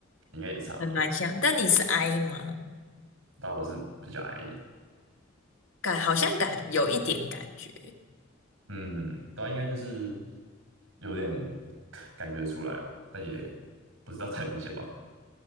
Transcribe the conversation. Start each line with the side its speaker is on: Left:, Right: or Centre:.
Right: 应该也差不多，
Left: 很蛮像，但你是 I 吗？
Right: 但我是比较矮一点，
Left: 感好像感有一点感觉，
Right: 嗯，但应该就是有点感觉得出来了，但也不知道太明显吧，